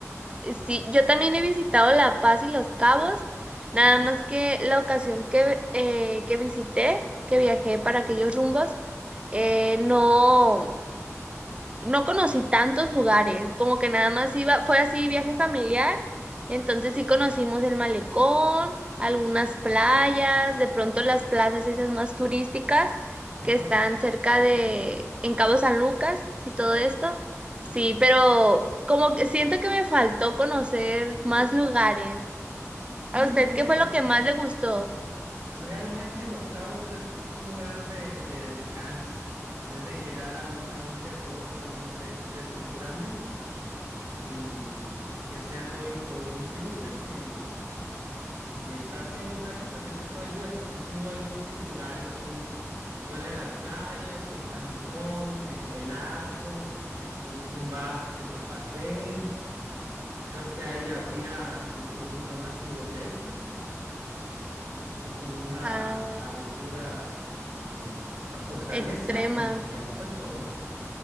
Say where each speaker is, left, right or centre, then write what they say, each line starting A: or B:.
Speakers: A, on the right; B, on the right.
A: eh, Sí, yo también he visitado La Paz y Los Cabos, nada más que la ocasión que, eh, que visité, que viajé para aquellos rumbos, eh, no no conocí tantos lugares, como que nada más iba, fue así viaje familiar, entonces sí conocimos el malecón, algunas playas, de pronto las plazas esas más turísticas
B: Ajá.
A: que están cerca de, en Cabo San Lucas y todo esto, sí, pero como que siento que me faltó conocer más lugares.
B: Sí,
A: ¿A usted
B: es
A: qué
B: que
A: fue lo que más
B: eh,
A: le gustó?
B: Pues, Realmente Los Cabos es un lugar de, de descanso, es de llegar a un, a un resort, a un hotel de esos grandes y que sean all, all inclusive y, y estarse ahí prácticamente todo el día porque si no hay muchos lugares así, fuera de las playas, el malecón, el, el arco, el subirse a un barco que te paseen. Creo que ahí había, nos subimos a unas tirolesas así como una
A: Ah,
B: aventura eh, a campo traviesa
A: Extrema.
B: y ya fue todo.